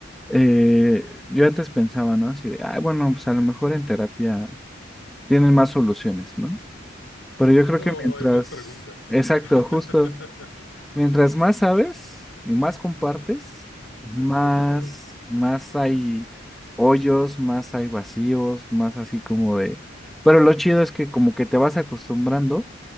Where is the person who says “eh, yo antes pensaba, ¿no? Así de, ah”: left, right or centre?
Centre